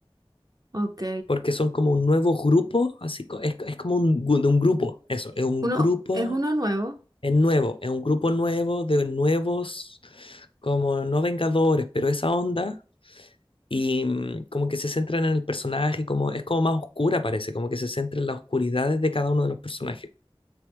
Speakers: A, on the right; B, on the left.
A: Ok,
B: porque son como un nuevo grupo, así co- es, es como un, gu- de un grupo, eso, es un
A: uno,
B: grupo,
A: es uno nuevo,
B: es nuevo, es un grupo nuevo de nuevos, como no Vengadores, pero esa onda. Y mm, como que se centran en el personaje, como es como más oscura parece, como que se centra en las oscuridades de cada uno de los personajes.